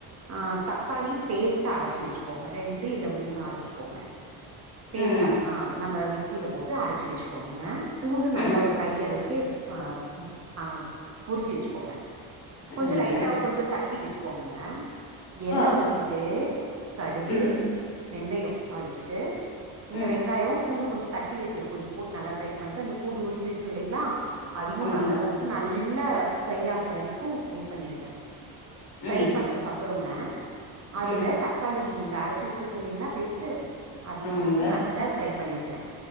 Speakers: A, on the right; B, on the left.
A: அ தக்காளி பேஸ்ட்ட அரைச்சு வச்சுக்கோங்க ரெண்டு இல்ல மூணு அரைச்சுக்கோங்க பேஸ்டா
B: ம்
A: அ நம்ம மிக்சியில போட்டு அரைச்சு வச்சுக்கோங்கங்க பூண்டு
B: ம்
A: நல்ல ஒரு கைய அளவுக்கு <unintelligible> உறிச்சு வச்சுக்கோங்க
B: சரிங்க
A: கொஞ்சலைட்டா கொஞ்ச தட்டி வச்சுக்கோங்கங்க எண்ண
B: ஆ
A: ஊத்திட்டு கடுகு
B: ம்
A: வெந்தயம் தாளிச்சுட்டு இந்த
B: ம்
A: வெங்காயம் பூண்டு கொஞ்சம் தட்டி வச்சது கொஞ்ச போட்டு நல்லா ஃப்ரை பண்ட்டு அந்த பூண்டு உரிச்சு வச்சு இல்லைங்களா அதையு
B: ஆமாங்க
A: நல்லா போட்டு நல்லா நல்லா ஃப்ரை ஆகுற வரைக்கு ஃப்ரை பண்ணிடுங்க ஃப்ரை
B: ம்
A: பண்ணதுக்கு அப்புறங்க அதுல
B: ம்
A: தக்காளி இந்த அரச்சு வெச்சிருக்கு இல்லைங்களா பேஸ்ட்டு அதையு
B: ஆமாங்க
A: போட்டு நல்லா ஃப்ரை பண்ணிடுங்க